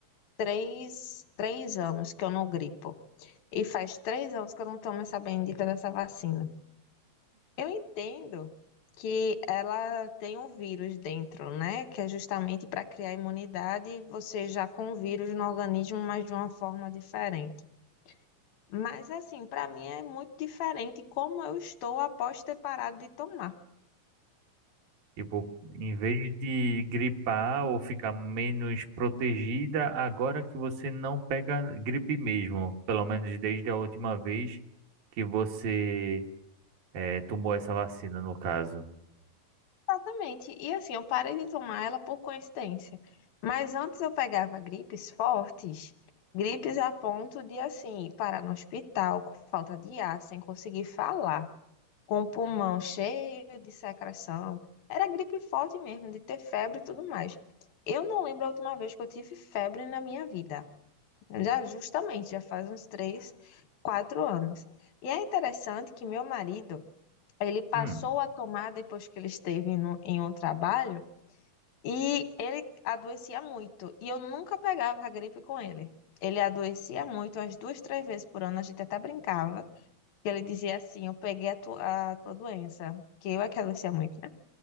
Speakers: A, on the left; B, on the right.
A: três, três anos que eu não gripo. E faz três anos que eu não tomo essa bendita dessa vacina. Eu entendo que ela tem um vírus dentro, né? Que é justamente para criar imunidade, você já com o vírus no organismo, mas de uma forma diferente. Mas assim, para mim é muito diferente como eu estou após ter parado de tomar.
B: Tipo, em vez de gripar ou ficar menos protegida, agora que você não pega gripe mesmo, pelo menos desde a última vez que você eh, tomou essa vacina, no caso.
A: Exatamente. E assim, eu parei de tomar ela por coincidência. Mas antes eu pegava gripes fortes, gripes a ponto de, assim, parar no hospital com falta de ar, sem conseguir falar, com o pulmão cheio de secreção. Era gripe forte mesmo, de ter febre e tudo mais. Eu não lembro a última vez que eu tive febre na minha vida. Já justamente, já faz uns três, quatro anos. E é interessante que meu marido. Ele passou
B: Hum,
A: a tomar depois que ele esteve no- em um trabalho e ele adoecia muito. E eu nunca pegava a gripe com ele. Ele adoecia muito, umas duas, três vezes por ano. A gente até brincava, que ele dizia assim: Eu peguei a, tu- a tua doença, que eu é que adoecia muito, né?